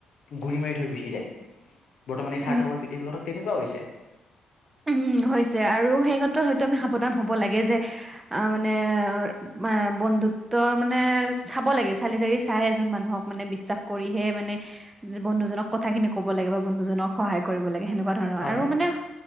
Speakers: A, on the left; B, on the right.
A: গুৰি মাৰি থৈ গুচি যায় বৰ্তমান এই স্বাৰ্থবৰ
B: উম,
A: পৃথিৱীখনত তেনেকুৱা হৈছে
B: উ হৈছে আৰু সেই ক্ষেত্ৰত হয়তো আমি সাৱধান হব লাগে যে আ মানে আ বন্ধুত্বৰ মানে চাব লাগে চালি জাৰি চাই এজন মানুহক মানে বিশ্বাস কৰিহে মানে যে বন্ধুজনক কথা খিনি ক'ব লাগে বা বন্ধুজনক সহায় কৰিব লাগে সেনেকুৱা ধৰণৰ
A: হয়
B: আৰু
A: সেই
B: মানে